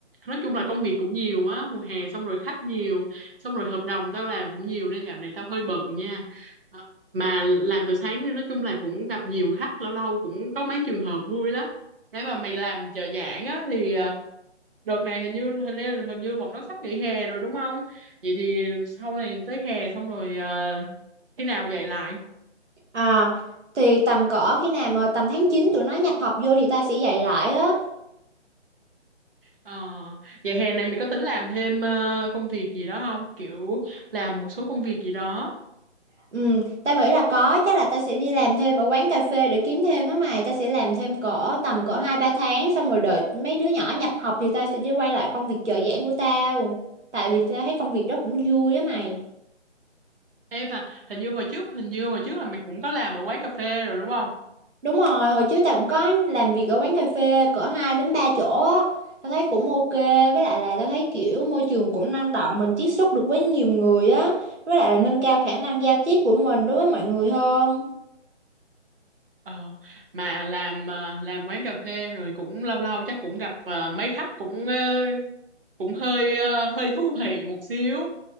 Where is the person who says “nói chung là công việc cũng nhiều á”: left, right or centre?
Right